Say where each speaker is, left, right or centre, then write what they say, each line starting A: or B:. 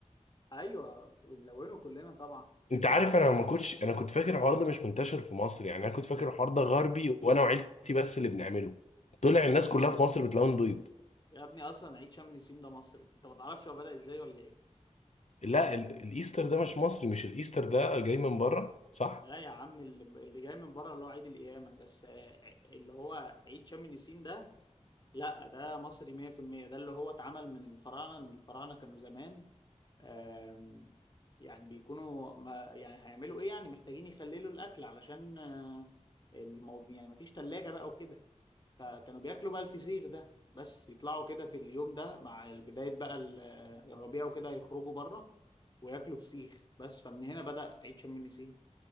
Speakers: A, on the left; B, on the left.
A: ايوه بنلونه كلنا طبعا
B: انت عارف انا ما كنتش انا كنت فاكر الحوار ده مش منتشر في مصر يعني انا كنت فاكر الحوار ده غربي وانا وعيلتي بس اللي بنعمله طلع الناس كلها في مصر بتلون بيض
A: يا ابني اصلا عيد شم النسيم ده مصري انت ما تعرفش هو بدأ ازاي ولا ايه؟
B: لا ال- الايستر ده مش مصري مش الايستر ده جاي من بره صح
A: لا يا عم اللي اللي جاي من بره اللي هو عيد القيامه بس آه، اللي هو عيد شم النسيم ده لا ده مصري 100% ده اللي هو اتعمل من الفراعنه ان الفراعنه كانوا زمان آم، يعني بيكونوا ما يعني هيعملوا ايه يعني محتاجين يخللوا الاكل علشان آه، الموضوع يعني مفيش تلاجة بقى وكده فكانوا بياكلوا بقى الفسيخ ده بس يطلعوا كده في اليوم ده مع بداية بقى ال- آه، الربيع وكده يخرجوا بره وياكلوا فسيخ بس فمن هنا بدأ عيد شم النسيم